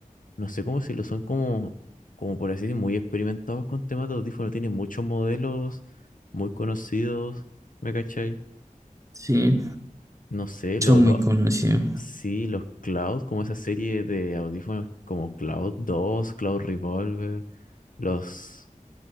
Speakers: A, on the left (about 70°); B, on the right (about 20°).
A: no sé cómo decirlo, son como, como por así decir, muy experimentados con temas de audífonos, tienen muchos modelos muy conocidos, ¿me cachai?
B: Sí,
A: No sé, lo,
B: son
A: lo,
B: muy conocidos.
A: sí, los Cloud, como esa serie de audífonos como Cloud 2 Cloud Revolver, los